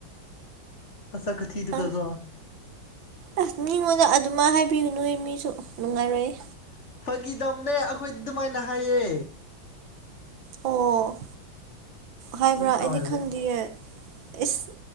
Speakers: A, on the left; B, on the right.
A: ꯃꯁꯛꯈꯨꯊꯤꯗꯨꯒꯀꯣ
B: ꯑ ꯑꯁ ꯃꯤꯉꯣꯟꯗ ꯑꯗꯨꯃ ꯍꯥꯏꯕꯤꯒꯅꯨ ꯑꯩ ꯃꯤꯁꯨ ꯅꯨꯡꯉꯥꯏꯔꯣꯏꯑꯦ
A: ꯐꯒꯤꯗꯝꯅꯦ ꯑꯩꯈꯣꯏ ꯑꯗꯨꯃꯥꯏꯅ ꯍꯥꯏꯌꯦ
B: ꯑꯣ ꯍꯥꯏꯕ꯭ꯔꯥ
A: ꯃꯤ ꯁꯥꯎꯍꯜꯂꯦ
B: ꯑꯩꯗꯤ ꯈꯪꯗꯤꯌꯦ ꯏꯁ